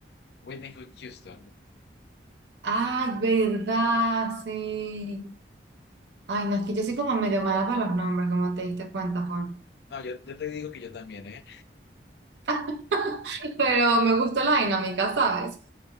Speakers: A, on the left (about 70°); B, on the right (about 80°).
A: Whitney Houston.
B: Ay, verdad, sí. Ay, no, es que yo soy como medio mala para los nombres, como te diste cuenta, Juan.
A: No, yo, yo te digo que yo también, ¿eh?
B: <laughs> Pero me gustó la dinámica, ¿sabes?